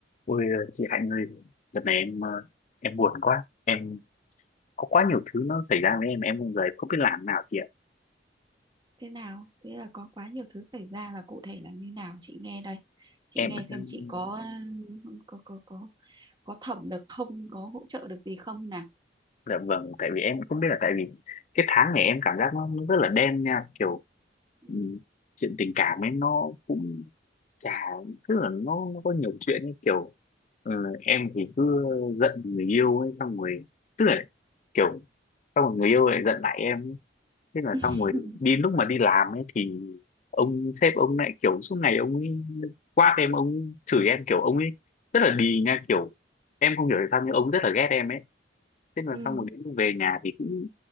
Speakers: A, on the left (about 40°); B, on the right (about 25°).
A: Ôi chị Hạnh ơi, đợt này em ờ, em buồn quá, em có quá nhiều thứ nó xảy ra với em, em không giờ em không biết làm nào chị ạ.
B: thế nào thế là có quá nhiều thứ xảy ra là cụ thể là như nào chị nghe đây chị
A: Em
B: nghe
A: ừm,
B: xem chị có ừ, có có có có thẩm được không có hỗ trợ được gì không nào
A: dạ vâng, tại vì em cũng không biết là tại vì cái tháng này em cảm giác nó, nó rất là đen nha, kiểu
B: ừ.
A: ừm, chuyện tình cảm ấy nó cũng chả tức là nó nó có nhiều chuyện ấy kiểu ờ, em thì cứ giận người yêu ấy xong rồi tức là kiểu xong rồi người yêu lại giận lại em thế là
B: <laughs>
A: xong rồi đi lúc mà đi làm ấy thì ông sếp ông lại kiểu suốt ngày ông ấy quát em ông chửi em kiểu ông ấy rất là đì nha kiểu em không hiểu tại sao nhưng ông rất là ghét em ấy thế là
B: ừ
A: xong rồi đến lúc về nhà thì cũng